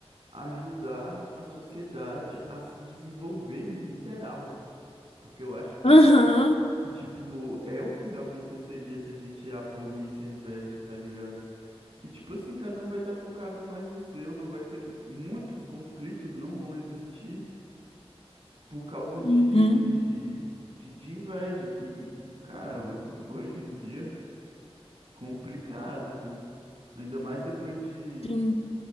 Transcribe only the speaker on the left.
Aham.
Uhum.
Sim.